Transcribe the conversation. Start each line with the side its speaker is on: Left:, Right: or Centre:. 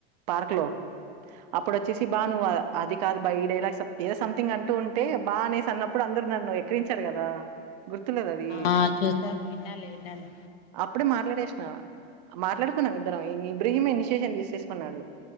Right: పార్క్ లో అప్పుడు వచ్చేసి బా నువ్ అది కాదు బా ఈ డైలాగ్ ఏదో సంథింగ్ అంటూ ఉంటే బా అనేసి అన్నప్పుడు అందరుూ నన్ను ఎక్కిరించారు కదా గుర్తులేదా అవి
Left: ఆ చూసా విన్నాలే విన్నాలే
Right: అప్పుడే మాట్లాడేసిన మాట్లాడుకున్నాం ఇద్దరం ఇబ్రహీం ఇనిషియేషన్ తీసేసుకున్నాడు